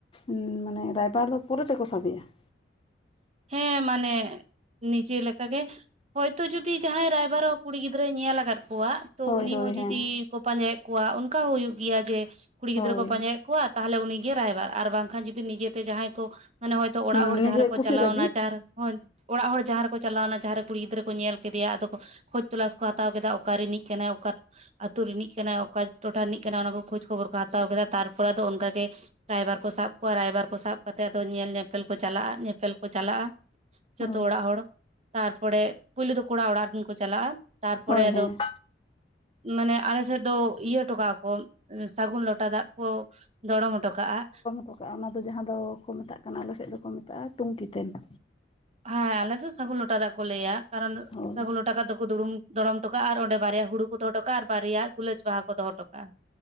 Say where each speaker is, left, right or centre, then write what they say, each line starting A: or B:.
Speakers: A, on the left; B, on the right.
A: ᱩᱸ ᱢᱟᱱᱮ ᱨᱟᱭᱵᱟᱨ ᱫᱚ ᱯᱚᱨᱮ ᱛᱮᱠᱚ ᱥᱟᱵᱮᱭᱟ ᱾
B: ᱦᱮᱸ ᱢᱟᱱᱮ ᱱᱤᱡᱮ ᱞᱮᱠᱟᱜ ᱜᱮ ᱦᱚᱭᱛᱚ ᱡᱩᱫᱤ ᱡᱟᱦᱟᱸᱭ ᱨᱟᱭᱵᱟᱨ ᱦᱚᱸ ᱠᱩᱲᱤ ᱜᱤᱫᱽᱨᱟᱹᱭ ᱧᱮᱞ ᱟᱠᱟᱫ ᱠᱚᱣᱟ ᱛᱚ
A: ᱦᱳᱭ
B: ᱩᱱᱤ
A: ᱦᱳᱭ
B: ᱦᱚᱸ
A: ᱦᱮᱸ
B: ᱡᱩᱫᱤ ᱠᱚ ᱯᱟᱸᱡᱟᱭᱮᱫ ᱠᱚᱣᱟ ᱚᱱᱠᱟ ᱦᱚᱸ ᱦᱩᱭᱩᱜ ᱜᱮᱭᱟ ᱡᱮ ᱠᱩᱲᱤ
A: ᱦᱳᱭ
B: ᱜᱤᱫᱽᱨᱟᱹ ᱠᱚ ᱯᱟᱸᱡᱟᱭᱮᱫ ᱠᱚᱣᱟ ᱛᱟᱦᱚᱞᱮ ᱩᱱᱤᱜᱮ ᱨᱟᱭᱵᱟᱨ ᱟᱨ ᱵᱟᱝᱠᱷᱟᱱ ᱡᱩᱫᱤ ᱱᱤᱡᱮ ᱛᱮ ᱡᱟᱦᱟᱸᱭ ᱠᱚ ᱢᱟᱱᱮ ᱦᱚᱭᱛᱳ ᱚᱲᱟᱜ
A: ᱦᱩᱸ
B: ᱦᱚᱲ
A: ᱱᱤᱡᱮᱨ
B: ᱡᱟᱦᱟᱸ ᱨᱮ
A: ᱠᱩᱥᱤ
B: ᱪᱟᱞᱟᱣᱱᱟ
A: ᱨᱟᱹᱡᱤ
B: ᱡᱟᱦᱟᱸ ᱚᱲᱟᱜ ᱦᱚᱲ ᱡᱟᱦᱟᱸ ᱨᱮᱠᱚ ᱪᱟᱞᱟᱣᱱᱟ ᱡᱟᱦᱟᱸ ᱨᱮ ᱠᱩᱲᱤ ᱜᱤᱫᱽᱨᱟᱹ ᱠᱚ ᱧᱮᱞ ᱠᱮᱫᱮᱭᱟ ᱟᱫᱚ ᱠᱚ ᱠᱷᱳᱡᱽ ᱛᱚᱞᱟᱥ ᱠᱚ ᱦᱟᱛᱟᱣ ᱠᱮᱫᱟ ᱚᱠᱟ ᱨᱤᱱᱤᱡ ᱠᱟᱱᱟᱭ ᱚᱠᱟ ᱟ ᱟᱹᱛᱩᱳ ᱨᱤᱱᱤᱡ ᱠᱟᱱᱟᱭ ᱚᱠᱟ ᱴᱚᱴᱷᱟ ᱨᱤᱱᱤᱡ ᱠᱟᱱᱟ ᱚᱱᱟ ᱠᱚ ᱠᱷᱳᱡᱽ ᱠᱷᱚᱵᱚᱨ ᱠᱚ ᱦᱟᱛᱟᱣ ᱠᱮᱫᱟ ᱛᱟᱨᱯᱚᱨ ᱟᱫᱚ ᱚᱱᱠᱟ ᱜᱮ ᱨᱟᱭᱵᱟᱨ ᱠᱚ ᱥᱟᱵ ᱠᱚᱣᱟ ᱨᱟᱭᱵᱟᱨ ᱠᱚ ᱥᱟᱵ ᱠᱟᱛᱮᱜ ᱟᱫᱚ ᱧᱮᱞ ᱧᱮᱯᱮᱞ ᱠᱚ ᱪᱟᱞᱟᱜᱼᱟ ᱾ ᱧᱯᱮᱞ ᱠᱚ ᱪᱟᱞᱟᱜᱼᱟ ᱡᱚᱛᱚ
A: ᱦᱳᱭ
B: ᱚᱲᱟᱜ ᱦᱚᱲ, ᱛᱟᱨᱯᱚᱨᱮ ᱯᱩᱭᱞᱩ ᱫᱚ ᱠᱚᱲᱟ ᱚᱲᱟᱜ ᱨᱮᱱ ᱠᱚ ᱪᱟᱞᱟᱜᱼᱟ ᱾ ᱛᱟᱨᱯᱚᱨᱮ
A: ᱦᱳᱭ
B: ᱟᱫᱚ
A: ᱦᱮᱸ
B: ᱢᱟᱱᱮ ᱟᱞᱮ ᱥᱮᱫ ᱫᱚ ᱤᱭᱟᱹ ᱦᱚᱴᱚ ᱠᱟᱜᱼᱟ ᱠᱚ ᱥᱟᱹᱜᱩᱱ ᱞᱚᱴᱟ ᱫᱟᱜ ᱠᱚ ᱫᱚᱲᱚᱢ ᱦᱚᱴᱚ ᱠᱟᱜᱼᱟ ᱾
A: ᱦᱚᱴ ᱠᱟᱜᱼᱟ ᱚᱱᱟ ᱫᱚ ᱡᱟᱦᱟᱸ ᱫᱚ ᱠᱚ ᱢᱮᱛᱟᱜ ᱠᱟᱱᱟ ᱟᱞᱮ ᱥᱮᱫ ᱫᱚᱠᱚ ᱢᱮᱛᱟᱜᱼᱟ ᱴᱩᱝᱠᱤ ᱛᱮᱱ ᱾
B: ᱦᱮᱸ ᱟᱞᱮ ᱫᱚ ᱥᱟᱹᱜᱩᱱ ᱞᱚᱴᱟ ᱫᱟᱜ ᱠᱚ ᱞᱟᱹᱭᱟ ᱠᱟᱨᱚᱱ
A: ᱦᱳᱭ
B: ᱥᱟᱹᱜᱩᱱ ᱞᱚᱴᱟ ᱴᱟᱠᱟ ᱫᱚᱠᱚ ᱫᱩᱲᱩᱢ ᱫᱚᱲᱚᱢ ᱦᱚᱴ ᱠᱟᱜᱼᱟ ᱟᱨ ᱚᱰᱮ ᱵᱟᱨᱭᱟ ᱦᱩᱲᱩ ᱠᱚ ᱫᱚᱦᱚ ᱦᱚᱴᱚ ᱠᱟᱜ ᱟᱨ ᱵᱟᱨᱭᱟ ᱜᱩᱞᱟᱹᱡ ᱵᱟᱦᱟ ᱠᱚ ᱫᱚᱦᱚ ᱦᱟᱴᱚ ᱠᱟᱜᱼᱟ ᱾